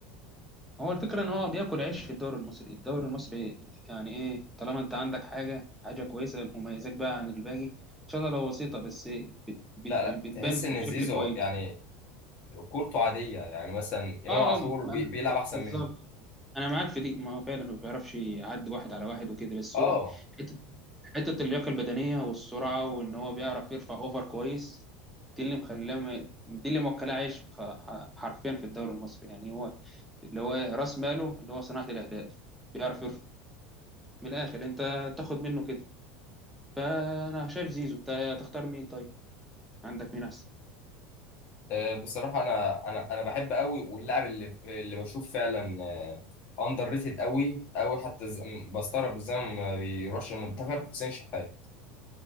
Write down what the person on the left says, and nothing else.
لا لا
تحس ان
زيزو
يعني كورته عادية يعني مثلا امام
عاشور
بي
بيلعب احسن
منه
اه
آه، بصراحة انا انا انا بحب قوي واللاعب اللي اللي بشوف فعلا اندر ريتد قوي قوي حتى ز- م- بستغرب ازاي ما بيروحش المنتخب حسين شحات